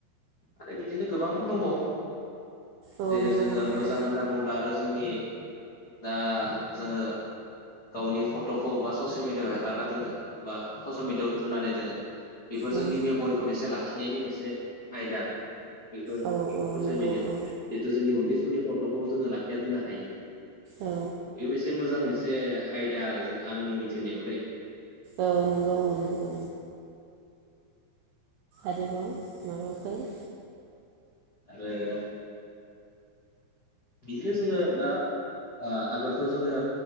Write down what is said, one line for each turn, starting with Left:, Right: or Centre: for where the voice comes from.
Left: आरो बिदिनो गोबां दंबावो
Right: औ
Left: जेरै
Right: दङ
Left: जोङो
Right: माने
Left: मोजां होनना बुङोब्ला आरो जोंनि दा जोङो गावनि फट फट'खौ बा ससियेल मिडियायाव हेगारना दोनो बा ससियेल मिडियायाव होनानै दोनो बेफोर
Right: उम
Left: जोंनि मेम'रिखौ मोनसे लाखिनायनि मोनसे आयदा बेफोर
Right: औ
Left: ससियेल
Right: नंगौ
Left: मिेडियाआव
Right: औ
Left: जिहेतु जोंनि उन्दै समनि फट फट'खौ जोङो लाखिया दोननो हायो
Right: औ
Left: बे मोनसे मोजां मोनस से आयदा आरो आंनि मिथिनायाव दै
Right: औ नंगौ औ नंगौ आरोेबाव माबाफोर
Left: आरो बिदिनो जोंयो दा आगोलथ' जोङो